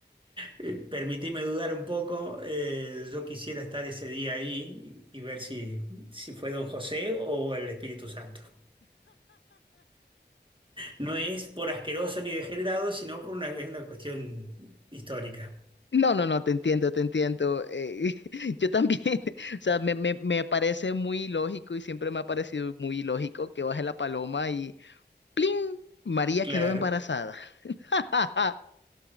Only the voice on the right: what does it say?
eh, permitime dudar un poco. eh, yo quisiera estar ese día ahí y, y ver si, si fue Don José o el Espíritu Santo. No es por asqueroso ni degenerado, sino por una, es una cuestión histórica.
Claro.